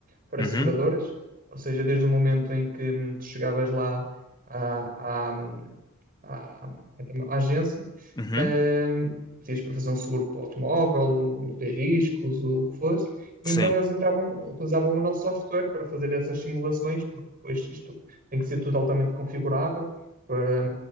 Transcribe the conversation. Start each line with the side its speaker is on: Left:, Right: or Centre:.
Right: para
Left: uhum,
Right: seguradoras. Ou seja, desde o momento em que hum, tu chegavas lá à, à, à- à agência,
Left: uhum,
Right: ahm, pedias para fazer um seguro para o automóvel, multirriscos, ou o que fosse. E
Left: sim,
Right: então eles entravam, utilizavam o nosso software para fazer essas simulações, porque depois isto tem que ser tudo altamente configurável, para,